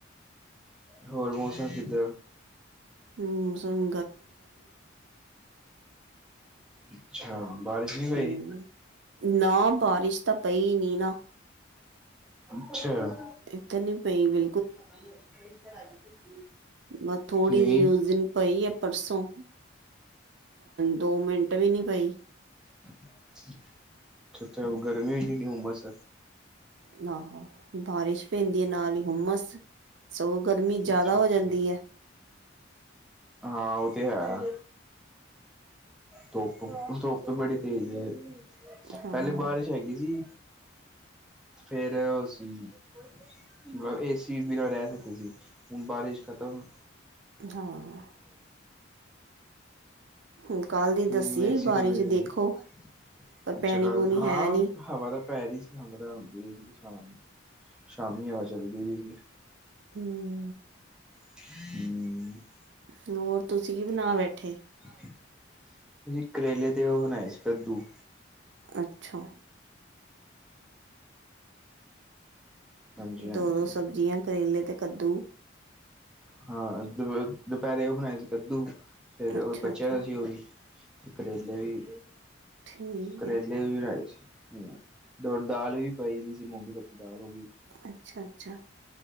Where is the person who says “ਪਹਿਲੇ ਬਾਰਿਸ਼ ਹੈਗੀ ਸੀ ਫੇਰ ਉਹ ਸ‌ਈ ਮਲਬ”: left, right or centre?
Centre